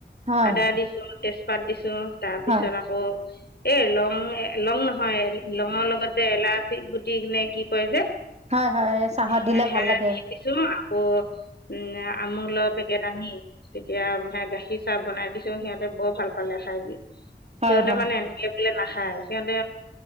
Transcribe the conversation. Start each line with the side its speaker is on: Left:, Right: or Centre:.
Right: হয়
Left: আদা দিছোঁ তেজপাত দিছোঁ তাৰপিছত
Right: হয়
Left: আকৌ এ লং লং নহয় লঙৰ লগতে এলাচী গুটি নে কি কয় যে
Right: হয় হয় এই চাহত
Left: সে
Right: দিলে
Left: সেয়া
Right: ভাল লাগে
Left: দি দিছোঁ। আকৌ উম আমুল পেকেট আনি তেতিয়া গাখীৰ চাহ বনাই দিছোঁ সিহঁতে বৰ ভাল পালে খাই দি
Right: হয়
Left: সিহঁতে
Right: হয়
Left: মানে এনেকে বোলে নাখায় সিহঁতে